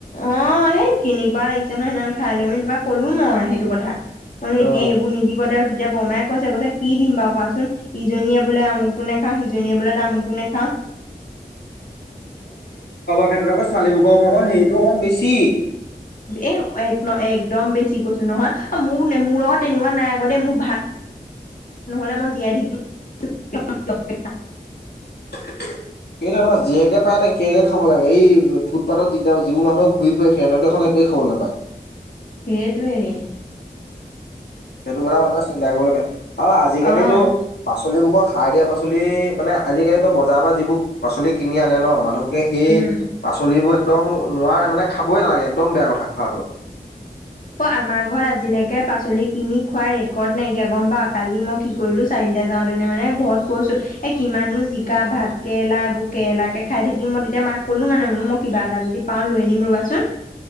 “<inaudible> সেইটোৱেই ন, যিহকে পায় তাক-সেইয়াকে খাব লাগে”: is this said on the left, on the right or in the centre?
Left